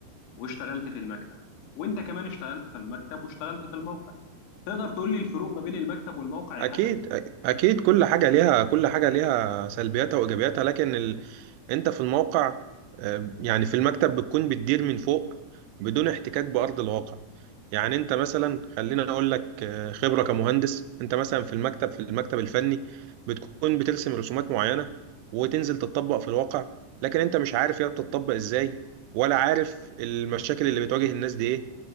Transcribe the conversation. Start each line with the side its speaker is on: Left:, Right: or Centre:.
Left: واشتغلت في المكتب وانت كمان اشتغلت في المكتب واشتغلت في الموقع تقدر تقول لي الفروق ما بين المكتب والموقع يا
Right: اكيد
Left: حسن
Right: أ- اكيد كل حاجة ليها كل حاجة ليها سلبياتها وايجابياتها لكن انت في الموقع آه، يعني في المكتب بتكون بتدير من فوق بدون احتكاك بأرض الواقع يعني انت مثلا خلينا اقول لك آه، خبرة كمهندس انت مثلا في المكتب في المكتب الفني بتكون بترسم رسومات معينة وتنزل تطبق في الواقع لكن انت مش عارف هي بتطبق ازاي ولا عارف المشاكل اللي بتواجه الناس دي ايه